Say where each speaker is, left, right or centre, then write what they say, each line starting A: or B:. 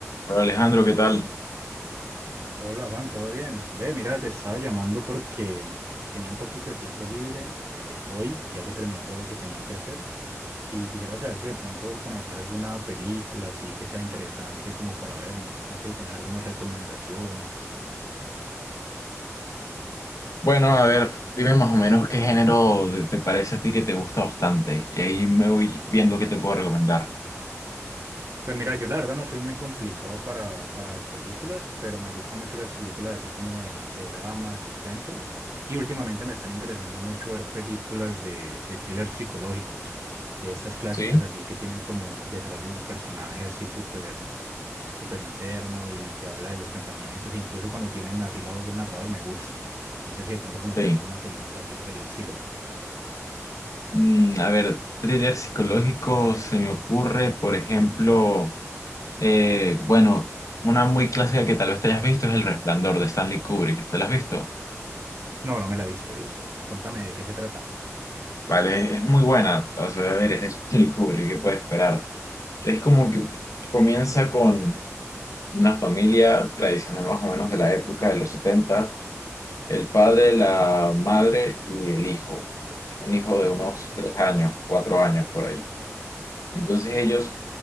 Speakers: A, on the left (about 85°); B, on the right (about 60°).
A: Hola, Alejandro, ¿qué tal?
B: Hola Juan, ¿todo bien? Ve, mira, te estaba llamando porque tenía un poquito de tiempo libre eh, hoy, ya que terminé todo lo que tenía que hacer, y quisiera saber si de pronto conoces alguna película así que sea interesante como para verme. No sé si tenés alguna recomendación
A: Bueno, a ver, dime más o menos qué género de- te parece a ti que te gusta bastante y ahí me voy viendo qué te puedo recomendar.
B: Pues mira, yo la verdad no soy muy complicado para, para las películas, pero me gustan mucho las películas así como de, de drama, de suspensos, y últimamente me están interesando mucho ver películas de, de thrillers psicológicos, de estas clásicas
A: Sí.
B: así que tienen como el desarrollo de un personaje así súper súper interno y que habla de los pensamientos, e incluso cuando tienen así la voz del narrador me gustan. No sé si de pronto conoces
A: Sí.
B: alguna película así por el estilo.
A: Mm, a ver, thriller psicológico se me ocurre, por ejemplo, eh, bueno, una muy clásica que tal vez te hayas visto es El Resplandor de Stanley Kubrick. ¿Te la has visto?
B: No, no me la he visto, ¿es? Contame de qué se trata.
A: Vale, es muy buena. O sea, a ver, es de Stanley Kubrick, ¿qué puedes esperar? Es como que comienza con una familia tradicional más o menos de la época de los 70. El padre, la madre y el hijo. Un hijo de unos tres años, cuatro años por ahí. Entonces ellos